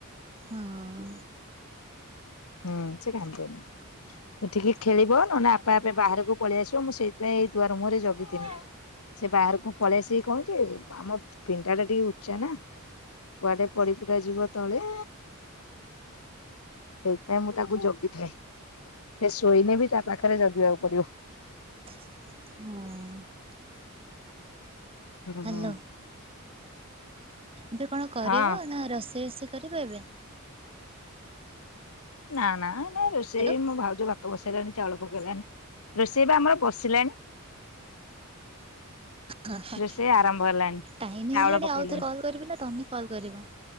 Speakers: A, on the right; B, on the left.
A: ହ ଅ
B: ହୁଁ ସେ କାନ୍ଦେନି ଉଠିକି ଖେଳିବ ନହେଲେ ଆପେ ଆପେ ବାହାରକୁ ପଳେଇ ଆସିବ ମୁଁ ସେଇଥିପାଇଁ ଏଇ ଦୁଆର ମୁହଁରେ ଜଗିଥିନି।
A: ହଁ।
B: ସେ ବାହାରକୁ ପଳେଇ ଆସିକି କଣ କି ଆମ ପିନଡ୍ଡା ଟା ଟିକେ ଉଚ୍ଚା ନା। କୁଆଡେ ପଡିପୁଡ଼ା ଯିବ ତଳେ। ସେଇଥିପାଇଁ ମୁଁ ତାକୁ ଜଗିଥାଏ ସେ ଶୋଇନେ ବି ତା ପାଖରେ ଜଗିବାକୁ ପଡିବ।
A: ହଁ <unintelligible>
B: ହୁଁ ହୁଁ
A: ହ୍ୟାଲୋ ଏବେ କଣ କରିବ
B: ହଁ
A: ନା ରୋଷେଇ ରୋଷେଇ କରିବ ଏବେ।
B: ନା ନା ନାଇଁ ରୋଷେଇ
A: ହଲୋ
B: ମଁ ଭାଉଜ ବା ଭାତ ବସେଇଲାଣି ଚାଉଳ ପକେଇଲାଣି ରୋଷେଇ ବା ଆମର ବସିଲାଣି।
A: ହଁ ହଁ
B: ରୋଷେଇ ଆରମ୍ଭ ହେଲାଣି।
A: ଟାଇମ
B: ଚାଉଳ
A: ହେଲାଣି
B: ପକେଇଲୁଣି
A: ଆଉଥରେ କଲ କରିବି ନା ତମେ କଲ କରିବ